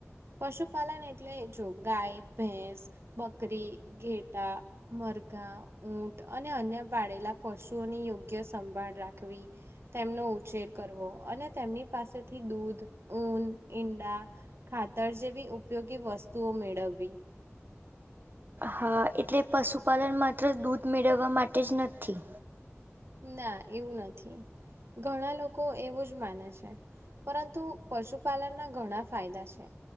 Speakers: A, on the right; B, on the right.
A: પશુપાલન એટલે જો ગાય ભેસ. બકરી ઘેટા. મરઘા ઊટ અને અન્ય પાળેલા પશુઓની યોગ્ય સંભાળ રાખવી. તેમનો ઉછેર કરવો અને તેમની પાસેથી દૂધ ઊન ઈંડા ખાતર જેવી ઉપયોગી વસ્તુઓ મેળવવી
B: હા એટલે પશુપાલન માત્ર દૂધ મેળવવા માટે જ નથી.
A: ના, એવું નથી. ઘણા લોકો એવું જ માને છે. પરંતુ પશુપાલનના ઘણા ફાયદા છે.